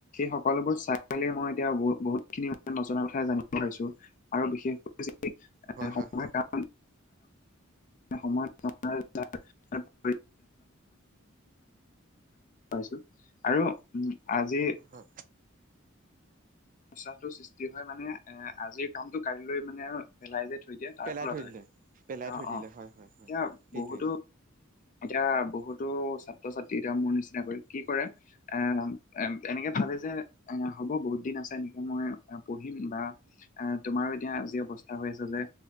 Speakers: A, on the left (about 40°); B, on the right (about 40°).
A: সকলোবোৰ চাই, মই এতিয়া বহুত খিনি মই নজনা কথাই জানিব পাৰিছোঁ। আৰু বিশেষকৈ
B: হয়
A: সময়
B: হয়।
A: কাম সময় অ <unintelligible> পইছোঁ আৰু উ, আজি <unintelligible>
B: হয়।
A: সচাঁটো সৃষ্টি হয় মানে, এ আজিৰ কামটো কাইলৈ মানে, পেলাই যে থৈ দিয়ে, তাৰ
B: পেলাই
A: ফলত
B: থৈ
A: হয়,
B: দিলে পেলাই
A: অ
B: থৈ দিলে
A: অ', এতিয়া
B: হয় হয় হয় সেইটোৱে
A: বহুতো এতিয়া বহুতো ছাত্ৰ-ছাত্ৰী এতিয়া মোৰ নিচিনা কৈ কি কৰে আহ, এনেকে ভাবে যে এ, হ'ব বহুত দিন আছে, এনেকে মই পঢ়িম বা অ', তোমাৰো এতিয়া যি অৱস্থা হৈ আছে যে